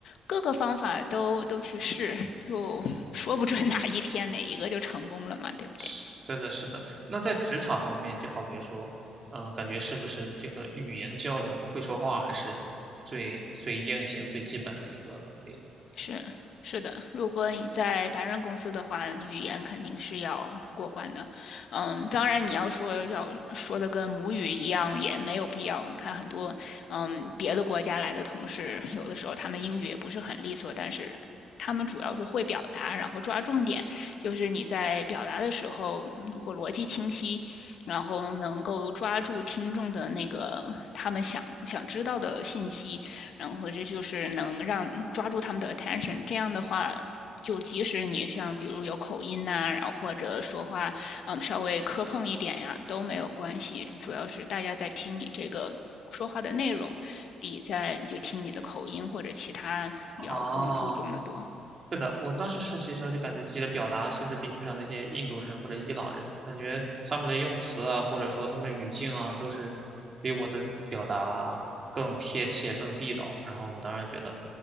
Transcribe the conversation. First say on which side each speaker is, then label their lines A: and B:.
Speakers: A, on the left; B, on the right.
A: 各个方法都都去试，就说不准哪一天哪一个就成功了嘛，对不对？
B: 是的，是的。那在职场方面，就好比如说，嗯、感觉是不是这个语言交流和会说话还是最最硬性、最基本的一个能力呢？
A: 是是的，如果你在白人公司的话，语言肯定是要过关的。嗯，当然你要说要说的跟母语一样也没有必要。你看很多嗯别的国家来的同事，有的时候他们英语也不是很利索，但是他们主要是会表达，然后抓重点。就是你在表达的时候，如果逻辑清晰，然后能够抓住听众的那个他们想想知道的信息，然后这就是能让抓住他们的 attention。这样的话，就即使你像比如有口音呐、啊然后或者说话嗯稍微磕碰一点呀，都没有关系。主要是大家在听你这个说话的内容，比在就听你的口音或者其他要更注重的多。
B: 哦，是的，我当时实习的时候就感觉自己的表达甚至比不上那些印度人或者伊朗人，感觉他们的用词啊，或者说他们的语境啊，都是比我的表达更贴切、更地道。然后我当时觉得，